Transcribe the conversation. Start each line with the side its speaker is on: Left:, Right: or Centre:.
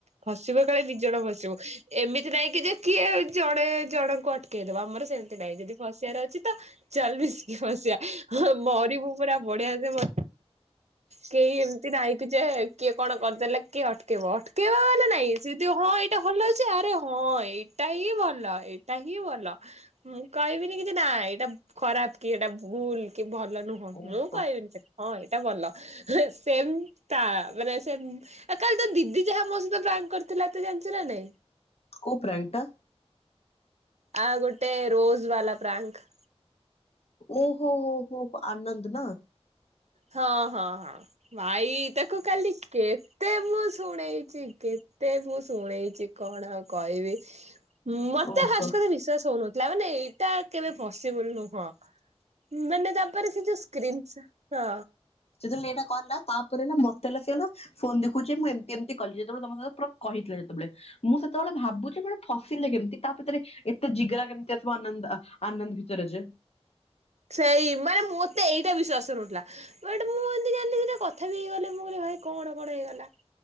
Right: ଫସିବ କାଳେ ଦି ଜଣ ଫସିବୁ ଏମିତି ନାଇଁ ଯେ କିଏ ଜଣେ ଜଣଙ୍କୁ ଅଟେକେଇଦବା ଆମର ସେମିତି ନାହିଁ ଯଦି ଫସିବାର ଅଛି ତ ଚାଲ୍ ମିଶି କି ଫସିବା ମରିବୁ ପୁରା ବଢିଆ ସେ ମର କେହି ଏମିତି ନାଇଁ କି କି ଯେ କିଏ କଣ କରିଦେଲେ କିଏ ଅଟକେଇବ ଅଟକେଇବାର ନାଇଁ ସେ ଯଦି ହଁ ଏଇଟା ଭଲ ଅଛି ଆରେ ହଁ ଏଇ ଏଇଟା ହିଁ ଭଲ ଏଇ ଏଇଟା ହିଁ ଭଲ ମୁଁ କହିବିନି କିଛି ନା ଏଇଟା ଖରାପ କି ଏଇଟା ଭୁଲ କି ଭଲ ନୁହଁ ହଁ
Left: ଓହୋ
Right: ମୁଁ କହିବିନି ସେଟ୍ ହଁ ଏଇଟା ଭଲ ସେମଟା ମାନେ ସେମ କାଲି ତୋ ଦିଦି ଯାହା ମୋ ସହିତ ପ୍ଲାନ୍ କରିଥିଲା ତୁ ଜାଣିିଚୁ ନା ନାଇଁ?
Left: କୋଉ ପ୍ରାଙ୍କଟା?
Right: ଆ ଗୋଟେ ରୋଜ୍ ବାଲା ପ୍ରାଙ୍କ୍।
Left: ଓହୋ ଓହୋ ଆନନ୍ଦ ନା।
Right: ହଁ ହଁ ହଁ। ଭାଇ ତାକୁ କାଲି କେତେ ମୁଁ ଶୁଣେଇଚି କେତେ ମୁଁ ଶୁଣେଇଚି। କଣ ଆଉ କଇବି। ମତେ
Left: ଓହୋ
Right: ହାଷ୍ଟ୍ କରି ବିଶ୍ୱାସ ହଉନଥିଲା ମାନେ ଟା କେବେ ପସିବୁଲ ନୁହଁ ମାନେ ତାପରେ ସେ ଯୋଉ ସ୍କ୍ରିନ୍ ସଟ୍ ହଁ।
Left: ଯେତେବେଳେ ଏଟା କଲା ତାପରେ ନା ମତେ ହେଲେ ସେ ଫୋନ ଦେଖୁଚି ମୁଁ ଏମ୍ ଏମିତି କଲି ଯେତେବେଳେ ତମ ସାଙ୍ଗରେ ପୁରା କହିଥିଲେ ଯେତେବେଳେ କି ମୁଁ ସେତେବେଳେ ଭାବୁଚି ମାନେ ଫସିଲେ କେମିତି ତା ଭିତରେ ଏତେ ଜିଗାରା କେମିତି ଆସିବ ଆନନ୍ଦା ଆନନ୍ଦ ଭିତରେ ଯେ
Right: ସେଇ ମାନେ ମୋତେ ଏଇଟା ବିଶ୍ୱାସ ରଉନଥିଲା। ବଟ ମୁଁ ଯଦି ଜାଣିଲି ସେଟା କଥା ବି ହେଇଗଲେ ମୁଁ କହିଲି ଭାଇ କଣ କଣ ହେଇଗଲା